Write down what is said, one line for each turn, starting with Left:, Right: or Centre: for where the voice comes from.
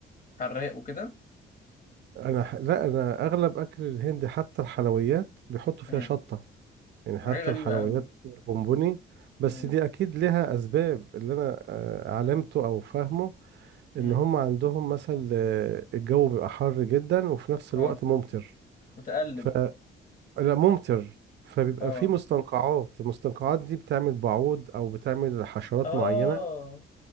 Left: حراق وكده
Right: انا ح... لا انا اغلب اكل الهند حتى الحلويات بيحطوا فيها
Left: مم.
Right: شطة يعني حتى
Left: حاجة غريبة
Right: الحلويات
Left: قوي
Right: بونبوني بس
Left: مم.
Right: دي اكيد لها اسباب اللي انا آه، علمته او فاهمه ان
Left: مم.
Right: هم عندهم مثلا آه، الجو بيبقى حر جدا وفي نفس الوقت
Left: اه
Right: ممطر
Left: متقلب
Right: ف لا ممطر فبيبقى
Left: اه
Right: في مستنقعات المستنقعات دي بتعمل بعوض او بتعمل حشرات
Left: اه
Right: معينة